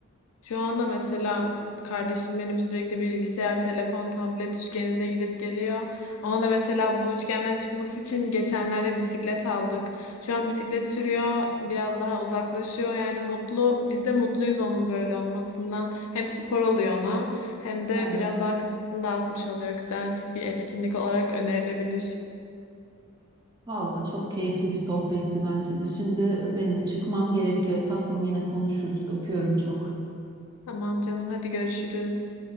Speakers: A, on the left (about 65°); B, on the right (about 20°).
A: Şu anda mesela kardeşim benim sürekli bilgisayar, telefon, tablet üçgeninde gidip geliyor. Ona da mesela bu üçgenden çıkması için geçenlerde bisiklet aldık. Şu an bisiklet sürüyor, biraz daha uzaklaşıyor yani mutlu. Biz de mutluyuz onun böyle olmasından. Hem spor oluyor ona hem de
B: Evet.
A: biraz daha kafasını dağıtmış oluyor. Güzel bir etkinlik olarak önerilebilir.
B: Vallahi çok keyifli bir sohbetti bence de. Şimdi benim çıkmam gerekiyor. Tatlım yine konuşuruz. Öpüyorum çok.
A: Tamam canım hadi görüşürüz.